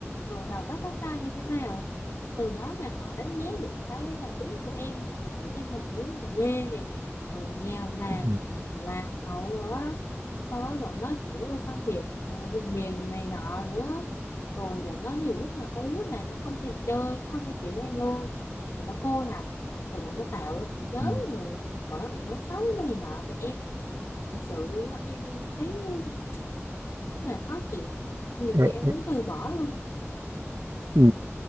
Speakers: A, on the left; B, on the right.
A: rồi đầu tóc tóc tai như thế nào từ đó mà họ đánh giá được cái tài chính của em họ nghĩ em là một đứa nhà quê nè rồi nghèo nàn
B: Ừ.
A: lạc hậu rồi á sau đó bọn nó kiểu phân biệt à, vùng miền này nọ nữa rồi bọn nó nhiều lúc là có đứa này nó không thèm chơi không phải chịu với em luôn rồi nó cô lập rồi bọn nó tạo ra một cái nhóm
B: Ừ.
A: rồi bọn nó cũng nói xấu này nọ về em thực sự luôn á em thấy rất là khó chịu nhiều
B: Ừ.
A: khi em muốn từ bỏ luôn
B: Ừ.